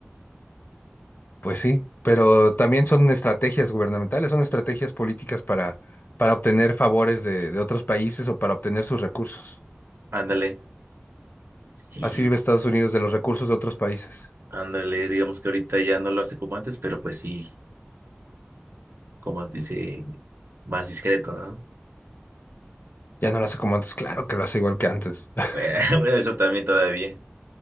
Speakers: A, on the left; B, on the right.
A: Pues sí, pero también son estrategias gubernamentales, son estrategias políticas para, para obtener favores de, de otros países o para obtener sus recursos.
B: Ándale, Sí,
A: Así vive Estados Unidos de los recursos de otros países.
B: ándale, digamos que ahorita ya no lo hace como antes, pero pues sí, como dice, más discreto, ¿no?
A: Ya no lo hace como antes, claro que lo hace igual que antes. <laughs>
B: Bueno, <laughs> bueno, eso también todavía.